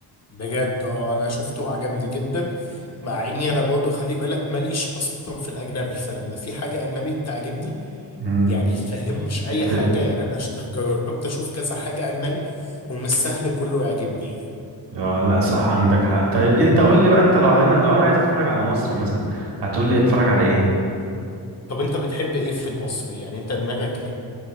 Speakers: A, on the left (about 40°); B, on the right (about 75°).
A: بجد اه انا شفته وعجبني جدا مع اني انا برضه خلي بالك ماليش اصلا في الاجنبي فلما في حاجة اجنبي بتعجبني
B: مم.
A: يعني فاهم مش اي
B: بتبقى
A: حاجة يعني انا ش- جربت اشوف كذا حاجة اجنبي ومش سهل كله يعجبني يعني
B: آه لا صح عندك حق طيب انت قول لي بقى انت لو انا لو انا عايز اتفرج على مصري مثلا هتقول لي اتفرج على ايه
A: طب انت بتحب ايه في المصري يعني انت دماغك ايه